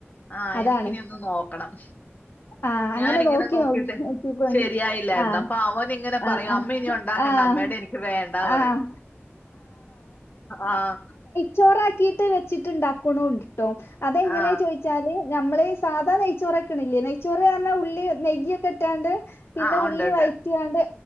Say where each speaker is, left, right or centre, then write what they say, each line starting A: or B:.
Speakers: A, on the left; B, on the left.
A: ആഹ
B: അതാണ്
A: എനിക്കിനി ഒന്ന് നോക്കണം
B: ആ അങ്ങനെ
A: ഞാനിങ്ങനെ
B: നോക്കി
A: നോക്കിട്ട്
B: നോക്കി നോക്കിക്കോണ്ട്
A: ശരിയായില്ലായിരുന്നു
B: ആ
A: അപ്പൊ അവൻ ഇങ്ങനെ
B: ആ
A: പറയും അമ്മ ഇനി ഉണ്ട ഉണ്ടാക്കണ്ട
B: ആ ആ
A: അമ്മയുടെ എനിക്ക് വേണ്ടാ
B: ആഹ്
A: പറയും. ആഹ
B: ചോറാക്കിയിട്ട് വെച്ചിട്ടുണ്ടാക്കുണുണ്ട് ട്ടേ അതെങ്ങനെ
A: ആ
B: ചോ ച്ചാല് നമ്മള് സാധാ നെയ്ച്ചോറ് വെക്കണില്ലേ നെയ്ച്ചോറ് പറഞ്ഞാൽ ഉള്ളി നെയ്യിയൊക്കെ ഇട്ടാണ്ട് പിന്നെ
A: ആ ഉണ്ട്
B: ഉള്ളി
A: ഉണ്ട്
B: വഴറ്റാണ്ട്